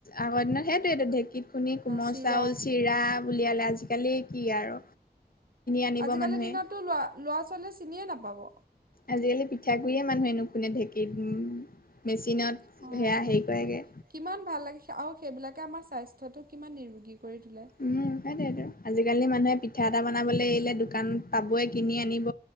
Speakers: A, on the left; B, on the right.
A: আগৰ দিনত সেইটোয়ে ত ঢেকীত খুন্দি কোমল
B: চিৰা
A: চাউল চিৰা উলিয়ালে আজিকালি, আজি কালি কি আৰু, আনিব
B: আজিকালিৰ
A: মানুহে।
B: দিনতো ল লৰা ছোৱালীযে, চিনিয়ে নাপাব।
A: আজিকালি পিঠাগুৰিয়ে মানুহে নুখুন্দে ঢেঁকীযে বেছি, চীনত
B: অঁ
A: সেয়া হেৰি কৰেগে।
B: কিমান ভাল লাগে আৰু সেইবিলাকে আমাৰ স্বাস্থ্যটো কিমান নিৰোগী। কৰি তোলে
A: উম সেইটতো আজিকালি মানে। পিঠা এটা বনাবলৈ আহিলে দোকান পাবই কিনি আনিব